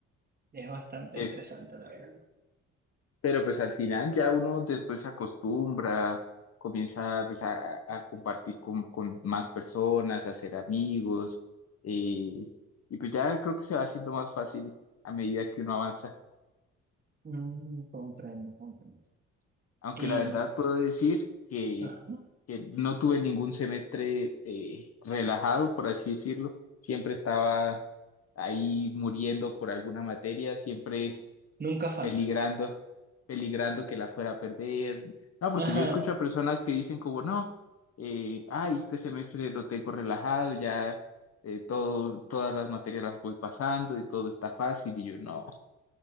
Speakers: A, on the right (about 30°); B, on the left (about 55°).
A: es bastante
B: Es,
A: estresante, la verdad.
B: pero pues al final ya uno después se acostumbra, comienza pues, a, a compartir con, con más personas, a hacer amigos, eh, y pues ya creo que se va haciendo más fácil a medida que uno avanza.
A: Mm, comprendo, comprendo.
B: Aunque
A: Y
B: la verdad puedo decir que,
A: ajá,
B: que no tuve ningún semestre eh, relajado, por así decirlo. Siempre estaba ahí muriendo por alguna materia, siempre
A: nunca falta.
B: peligrando, peligrando que la fuera a perder. No, porque
A: Ajá.
B: yo escucho a personas que dicen como, no, eh, ay, este semestre lo tengo relajado, ya eh, todo, todas las materias las voy pasando y todo está fácil. Y yo, no.